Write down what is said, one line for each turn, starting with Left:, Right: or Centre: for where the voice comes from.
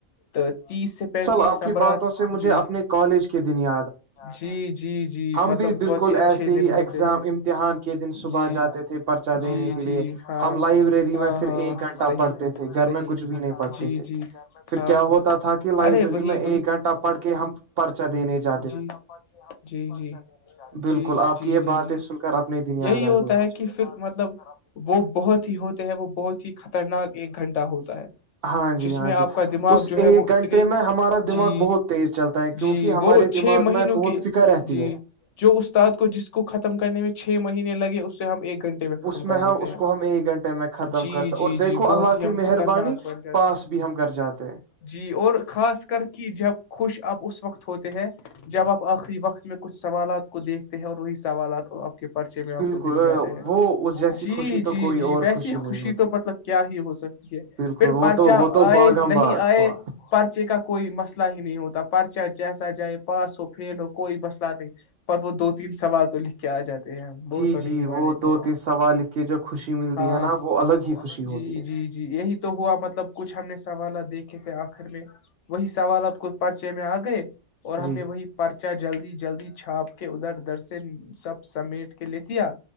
Left: تو تیس سے پینتیس
Right: اصل آپ کی
Left: نمبرات
Right: باتوں سے مجھے
Left: جی
Right: اپنے کالج کے دنیا
Left: جی جی جی
Right: ہم
Left: مطلب
Right: بھی بالکل
Left: بہت ہی اچھے
Right: ایسے ہی
Left: دن ہوتے
Right: ایگزام
Left: ہیں
Right: امتحان کے دن صبح
Left: جی
Right: جاتے تھے پرچا دینے
Left: جی
Right: کے لیے
Left: جی ہاں
Right: ہم لائبریری
Left: ہاں
Right: میں پھر
Left: ہاں
Right: ایک گھنٹہ
Left: صحیح
Right: پڑھتے تھے گھر
Left: صحیح
Right: میں کچھ بھی نہیں پڑھتے
Left: جی
Right: تھے
Left: جی
Right: پھر
Left: ہاں
Right: کیا ہوتا تھا کہ لائبریری
Left: ارے وہی
Right: میں ایک گھنٹہ پڑھ کے ہم پرچہ دینے جا
Left: جھنڈا پ کے آپ جی جی
Right: بالکل
Left: جی
Right: آپ
Left: جی
Right: کی یہ
Left: جی
Right: باتیں
Left: جی
Right: سن کر اپنے دن یاد
Left: یہی
Right: آ
Left: ہوتا
Right: گئے مجھے۔
Left: ہے کہ پھر مطلب وہ بہت ہی ہوتا وہ بہت ہی خطرناک ایک گھنٹہ ہوتا ہے
Right: ہاں جی
Left: جس
Right: ہاں
Left: میں
Right: جی
Left: آپ کا دماغ
Right: اس
Left: جو ہے
Right: ایک
Left: وہ اتنی
Right: گھنٹے میں ہمارا دماغ
Left: جی
Right: بہت تیز چلتا ہے کیونکہ
Left: جی
Right: ہمارے
Left: وہ
Right: دماغ
Left: چھ مہینوں
Right: میں بہت
Left: کے
Right: فکر رہتی
Left: جی
Right: ہے
Left: جو استاد کو جس کو ختم کرنے میں چھ م مہنے لگے اس ہم ایک گھنٹے میں ختم
Right: اس
Left: کر
Right: ہم
Left: دیتے
Right: اس
Left: ہیں
Right: کو ہم ایک گھنٹے میں ختم
Left: جی
Right: کرتے
Left: جی
Right: اور دیکھو
Left: جی بہت
Right: اللہ
Left: ہی
Right: کی
Left: ہم
Right: مہربانی
Left: خطرناک بن جاتے
Right: پاس بھی ہم کر جاتے ہیں
Left: جی اور خاص کر کے جب خوش اب اس وقت ہوتے ہیں جب آپ آخری وقت میں کچھ سوالات کو دیکھتے ہیں اور وہی سوالات اور آپ کے پ پرچے میں آپ
Right: بالکل
Left: کو دکھ جاتے ہیں
Right: وہ اس جیسی
Left: جی
Right: خوشی
Left: جی
Right: تو کوئی
Left: جی
Right: اور
Left: ویسی
Right: نہیں
Left: خوشی
Right: ہوتی
Left: تو مطلب کیا ہی ہو سکتی ہے
Right: بالکل
Left: پھر
Right: وہ
Left: پرچا
Right: تو وہ تو
Left: آئے
Right: باغم
Left: نہیں
Right: باغ
Left: آئے
Right: ہوا
Left: پرچے کا کوئی مسئلہ ہی نہیں ہوتا پرچہ جیسا جائے پاس ہو فیل ہو کوئی مسئلہ نہیں پر وہ دو تین سوال تو لکھ کے آ جاتے وہ
Right: جی
Left: تو
Right: جی
Left: نہیں
Right: وہ
Left: مانتے
Right: دو
Left: ہیں
Right: تین سوال لکھ کے جو خوشی ملتی
Left: ہاں
Right: ہے نا وہ الگ ہی خوشی ہوتی
Left: جی
Right: ہے
Left: جی جی یہی تو ہوا مطلب کچھ ہم نے سوالات دیکھے تھے آخر میں وہی سوالات کو پرچے میں آ گئے اور ہم
Right: جی
Left: نے وہی پرچا جلدی جلدی چھاپ کے ادھر ادھر سے سب سمیٹ کے لے کیایا